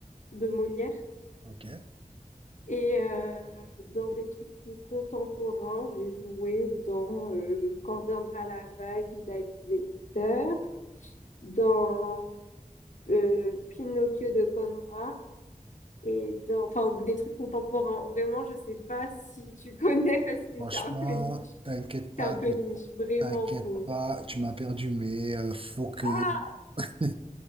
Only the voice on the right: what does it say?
Ok.
Franchement,
t'inquiète pas,
tu
t'inquiètes
pas, tu m'as perdu, mais euh, faut que.
<laughs>